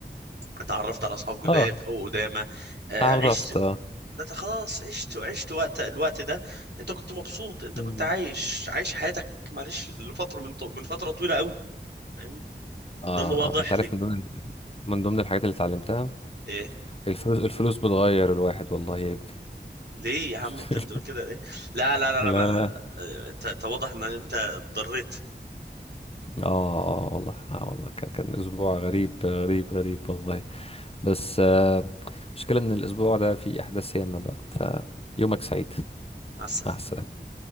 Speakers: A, on the right (about 70°); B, on the left (about 35°).
A: اتعرفت على اصحاب جداد
B: اه
A: او قدامى آه،
B: اتعرفت
A: عشت
B: اه
A: انت خلاص عشت وعشت وقت الوقت ده انت كنت مبسوط انت
B: مم.
A: كنت عايش عايش حياتك معلش لفتره من طو... من فتره طويله قوي فاهمني
B: آه
A: ده اللي واضح
B: انت عارف
A: لي
B: من ضمن من ضمن الحاجات اللي اتعلمتها
A: ايه
B: الفلوس الفلوس بتغير الواحد والله يا ابني
A: ليه يا عم
B: <laughs>
A: انت بتقول كده ليه لا لا لا
B: لا
A: لا ما... اه،
B: لا
A: انت انت واضح ان انت اضطريت
B: اه اه والله اه والله كان كان اسبوع غريب غريب غريب والله بس المشكلة آه المشكلة ان الاسبوع ده فيه احداث ياما بقى فيومك سعيد
A: مع السلامه
B: مع السلامة